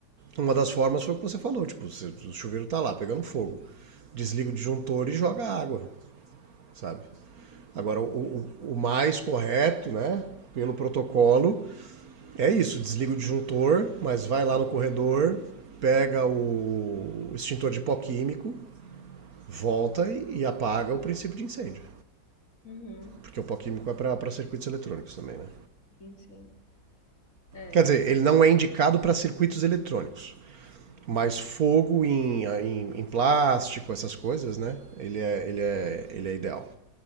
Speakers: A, on the right; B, on the left.
A: Uma das formas foi o que você falou, tipo, o chuveiro está lá pegando fogo, desliga o disjuntor e joga água, sabe? Agora, o,
B: sim.
A: o, o mais correto, né, pelo protocolo, é isso: desliga o disjuntor, mas vai lá no corredor, pega o extintor de pó químico, volta e, e apaga o princípio de incêndio.
B: Uhum,
A: Porque o pó químico é para circuitos eletrônicos também, né?
B: sim, sim. É.
A: Quer dizer, ele não é indicado para circuitos eletrônicos, mas fogo em, em, em, plástico, essas coisas, né? Ele é, ele é, ele é ideal.